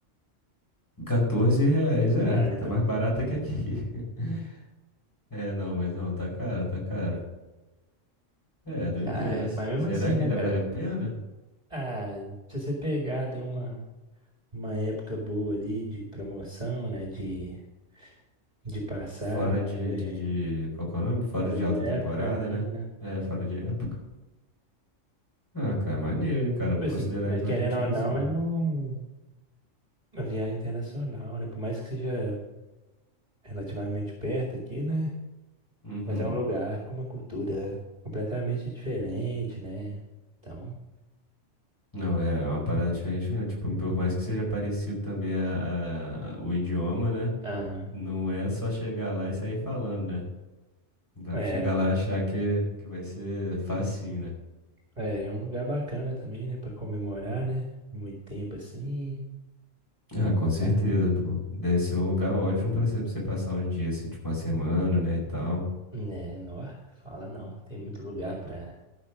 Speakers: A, on the left (about 15°); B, on the right (about 30°).
A: 14 reais, é,
B: Ah, então.
A: tá mais barata que aqui. <laughs> É, não, mas não, tá caro, tá caro. É, doideiras.
B: Ah, é, mas mesmo
A: Será
B: assim,
A: que
B: né,
A: ainda
B: cara?
A: vale a pena?
B: Ah, se você pegar, deu uma, uma época boa ali de promoção, né? De, de passar
A: Fora de,
B: é,
A: de, de, qual que é o nome? Fora
B: fora
A: de
B: de
A: alta
B: época,
A: temporada,
B: né?
A: né? É, fora de época. Ah, cara, maneiro, hein, cara.
B: Tipo
A: Vou
B: assim,
A: considerar
B: mas
A: aí pra
B: querendo
A: Argentina
B: ou não,
A: sim.
B: é um, uma viagem internacional, né? Por mais que seja relativamente perto aqui, né?
A: Uhum.
B: Mas é um lugar com uma cultura completamente diferente, né? Então,
A: Não, é uma parada diferente, né? Tipo, por mais que seja parecido também a, a- o idioma, né?
B: aham.
A: Não é só chegar lá e sair falando, né? Dá
B: É,
A: pra chegar lá e achar que, que vai ser facinho, né?
B: é, é um lugar bacana também, né? Pra comemorar, né? Muito tempo assim.
A: Ah, com
B: Lugar.
A: certeza, pô. Deve ser um lugar ótimo pra você, pra você passar uns dias, assim, tipo uma semana, né, e tal.
B: Né, não, fala não. Tem muito lugar pra,